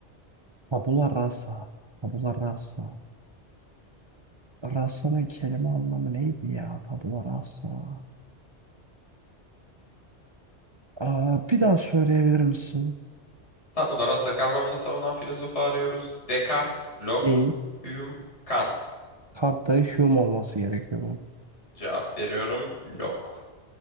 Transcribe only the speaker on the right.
Tabula rasa. Tabula rasa. Rasa'nın kelime anlamı neydi ya? Tabula rasa. Aa, bir daha söyleyebilir misin?
Değil.
Kartta Hume olması gerekiyor bunun.